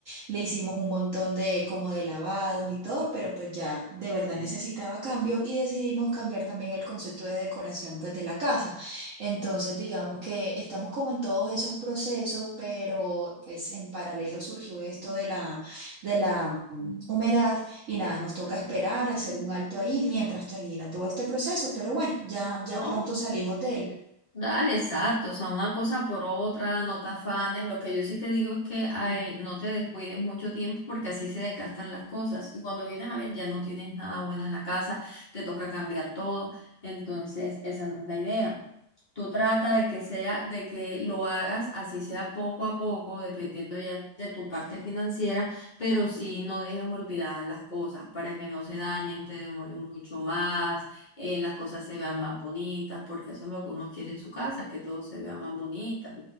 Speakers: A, on the right; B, on the left.
A: le hicimos un montón de como de lavados y todo, pero pues ya de verdad necesitaba cambio y decidimos cambiar también el concepto de decoración pues de la casa. Entonces digamos que estamos como en todos esos procesos, pero pues en paralelo surgió esto de la, de la mm, humedad y nada, nos toca esperar, hacer un alto ahí mientras termina todo este proceso, pero bueno, ya, ya
B: No,
A: pronto salimos de él.
B: Dale, exacto, o sea, una cosa por otra, no te afanes. Lo que yo sí te digo es que ay, no te descuides mucho tiempo porque así se desgastan las cosas. Y cuando vienes a ver, ya no tienes nada bueno en la casa, te toca cambiar todo. Entonces, esa no es la idea. Tú trata de que sea, de que lo hagas así sea poco a poco, dependiendo ya de tu parte financiera, pero sí no dejes olvidadas las cosas para que no se dañen, te demoren mucho más eh, las cosas se vean más bonitas, porque eso es lo que uno quiere en su casa, que todo se vea más bonita,